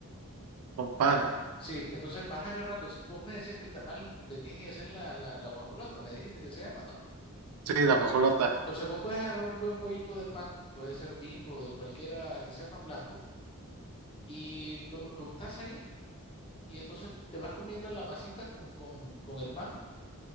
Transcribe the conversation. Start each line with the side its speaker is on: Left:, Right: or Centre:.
Right: con pan.
Left: O sea, sí, entonces vas agarrando. si Vos me decías que el tamal venís y haces la, la, la guajolota, me dijiste que se llama, ¿no?
Right: Sí, la
Left: Entonces
Right: guajolota.
Left: vos, entonces vos puedes agarrar un buen bollito de pan, puede ser Bimbo, de cualquiera que sea pan blanco, y lo, lo untás ahí, y entonces te vas comiendo la masita con, con, con el pan,